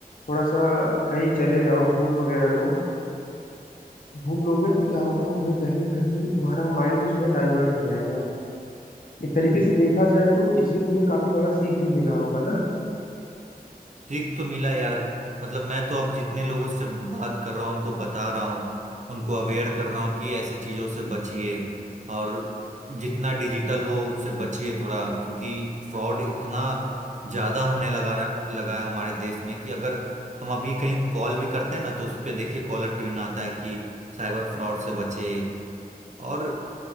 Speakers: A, on the left; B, on the right.
A: थोड़ा सा कहीं चले जाओ घूम वगैरह लो घूम लोगे तो क्या होगा तुम्हें कहीं ना कहीं तुम्हारा माइंड जो है डाइवर्ट हो जाएगा एक तरीके से देखा जाए तो इससे तुम्हें काफी बड़ा सीख भी मिला होगा ना
B: ठीक तो मिला यार मतलब मैं तो अब जितने लोगों से बात कर रहा हूँ उनको बता रहा हूँ उनको अवेयर कर रहा हूँ कि ऐसे चीज़ों से बचिए और जितना डिजिटल हो उससे बचिए थोड़ा क्योंकि फ्रॉड इतना ज़्यादा होने लगा रहा- लगा है हमारे देश में कि अगर हम अभी कहीं कॉल भी करते हैं ना तो उस पे देखिए कॉलर ट्यून आता है कि साइबर फ्रॉड से बचे और